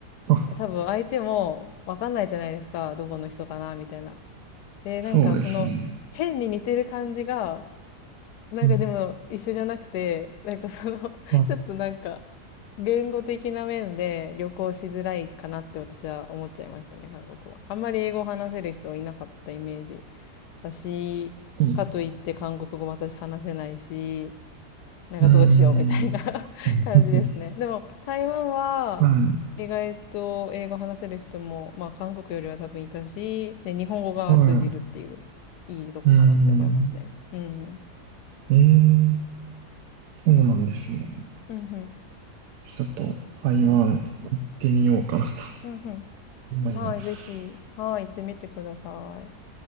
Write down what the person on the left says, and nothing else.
多分相手もわかんないじゃないですか、どこの人かな、みたいな。で、
なんかその変に似てる感じが、なんかでも一緒じゃなくて、
なんかその <laughs>
ちょっとなんか、言語的な面で旅行しづらいかなって私は思っちゃいましたね、韓国は。あんまり英語を話せる人いなかったイメージだし、
かといって韓国語も私話せないし、なんかどうしようみたいな
<laughs>
感じですね。でも台湾は意外と英語話せる人も、
まあ韓国よりは多分いたし、で、日本語が通じるっていう、
いいとこかなって思いますね。
うん
うん。うんうん。
はいうんうん。
はい、ぜひ、はい、行ってみてください。